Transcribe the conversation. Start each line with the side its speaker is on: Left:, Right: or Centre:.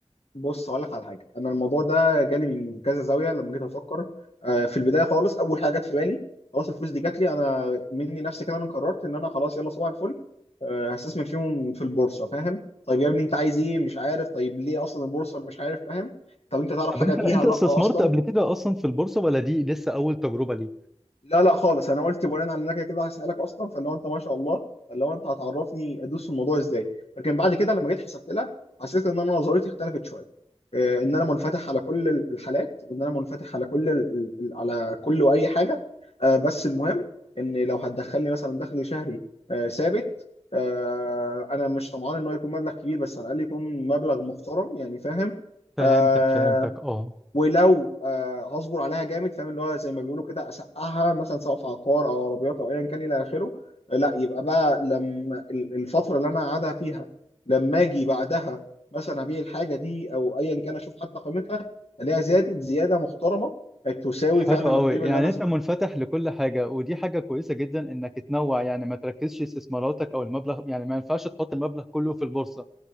Left: فبص اقول لك على حاجه انا الموضوع ده جالي من كذا زاويه لما جيت افكر آه، في البدايه خالص اول حاجه جت في بالي خلاص الفلوس دي جات لي انا مني نفسي كده انا قررت ان انا خلاص يلا صباح الفل آه، هستثمر فيهم في البورصه فاهم طيب يا ابني انت عايز ايه مش عارف طيب ليه اصلا البورصه مش عارف فاهم طب انت تعرف
Centre: طب
Left: حاجه
Centre: انت
Left: فيها
Centre: انت استثمرت
Left: لا اصلا
Centre: قبل كده اصلا في البورصة ولا دي لسه اول تجربة ليك
Left: لا لا خالص انا قلت بناء على انك كده كده هسالك اصلا فاللي هو انت ما شاء الله فاللي هو انت هتعرفني ادوس في الموضوع ازاي لكن بعد كده لما جيت حسبت لها حسيت ان انا نظريتي اختلفت شويه آه، ان انا منفتح على كل ال- الحالات وان انا منفتح على كل ال- ال- ال- على كل واي حاجه آه، بس المهم ان لو هتدخلني مثلا دخل شهري آه، ثابت آه، انا مش طمعان ان هو يكون مبلغ كبير بس على الاقل يكون مبلغ محترم يعني فاهم
Centre: فهمتك
Left: آه،
Centre: فهمتك اه
Left: ولو آه هصبر عليها جامد فاهم اللي هو زي ما بيقولوا كده اسقعها مثلا سواء في عقار او عربيات او ايا كان الى اخره آه، لا يبقى بقى لما ال- الفتره اللي انا قاعدها فيها لما اجي بعدها مثلا ابيع الحاجه دي او ايا كان اشوف حتى قيمتها الاقيها زادت زياده محترمه تساوي
Centre: حلو
Left: فعلا القيمه
Centre: قوي يعني
Left: اللي انا
Centre: انت
Left: ز-
Centre: منفتح لكل حاجه ودي حاجه كويسه جدا انك تنوع يعني ما تركزش استثماراتك او المبلغ يعني ما ينفعش تحط المبلغ كله في البورصه